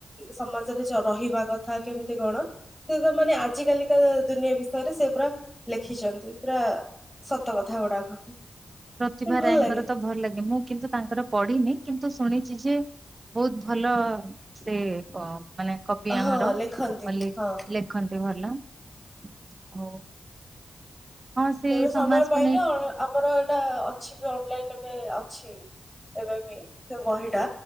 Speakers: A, in the centre; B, on the right (about 45°).
A: ସମାଜରେ ରହିବା କଥା କେମିତି କଣ ସେ ତ ମାନେ ଆଜିକାଲି କା ଦୁନିଆ ବିଷୟରେ ସେ ପୁରା ଲେଖିଛନ୍ତି। ପୁରା ସତ କଥା ଗୁଡାକ।
B: ପ୍ରତିଭା
A: ଭଲ
B: ରାୟଙ୍କର
A: ଲାଗେ
B: ତ ଭଲ ଲାଗେ। ମୁଁ କିନ୍ତୁ ତାଙ୍କର ପଢିନି। କିନ୍ତୁ ଶୁଣିଛି ଯେ ବହୁତ ଭଲ ସେ ମାନେ କବି ଆମର
A: ହଁ ଲେଖନ୍ତି
B: ବୋଲି
A: ହଁ
B: ଲେଖନ୍ତି ଭଲ। ଆଉ ହଁ ସେଇ
A: ଏବେ ସମୟ
B: ସମାଜକୁ
A: ପାଇଲେ,
B: ନେଇକି
A: ଆମର ଏଇଟା ଅଛି ବି ଅନଲାଇନ ଏବେ ଅଛି। ଏବେ ବି ସେ ବହିଟା